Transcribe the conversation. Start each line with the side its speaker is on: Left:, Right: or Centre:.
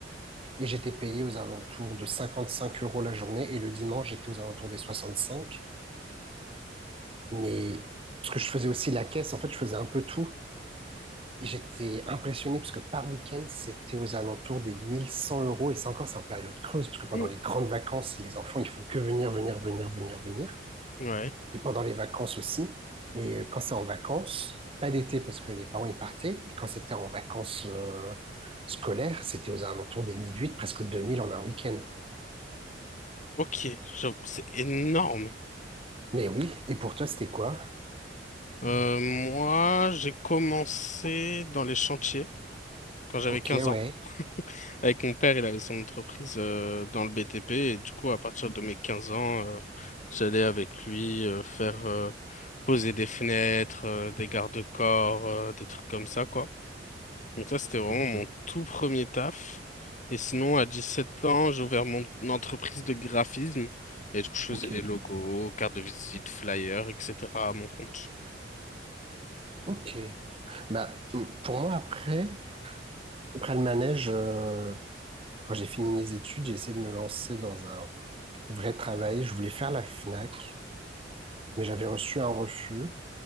Right: et j'étais payé aux alentours de 55 euros la journée, et le dimanche, j'étais aux alentours des 65. Mais parce que je faisais aussi la caisse, en fait, je faisais un peu tout. Et j'étais impressionné parce que par week-end, c'était aux alentours des 1100 euros. Et c'est encore, c'est en période creuse, parce que pendant
Left: Mm.
Right: les grandes vacances, les enfants, ils font que venir, venir, venir, venir, venir.
Left: Ouais.
Right: Et pendant les vacances aussi. Et euh, quand c'est en vacances, pas d'été parce que les parents, ils partaient. Et quand c'était en vacances euh, scolaires, c'était aux alentours des mille huit presque 2000 en un week-end.
Left: Ok. J'avoue, C'est énorme.
Right: Mais oui, et pour toi, c'était quoi?
Left: Euh, moi, j'ai commencé dans les chantiers quand j'avais
Right: Ok,
Left: 15
Right: ouais.
Left: ans. <laughs> Avec mon père, il avait son entreprise euh, dans le BTP et du coup, à partir de mes 15 ans, euh, j'allais avec lui euh, faire euh, poser des fenêtres, euh, des garde-corps, euh, des trucs comme ça, quoi. Donc ça, c'était vraiment
Right: Ok,
Left: mon tout premier taf. Et sinon, à 17 ans, j'ai ouvert mon entreprise de graphisme et du coup, je faisais
Right: ok,
Left: les logos, cartes de visite, flyers, etc. à mon compte.
Right: ok. Bah, pour moi, après, Après le manège, euh, quand j'ai fini mes études, j'ai essayé de me lancer dans un vrai travail. Je voulais faire la Fnac, mais j'avais reçu un refus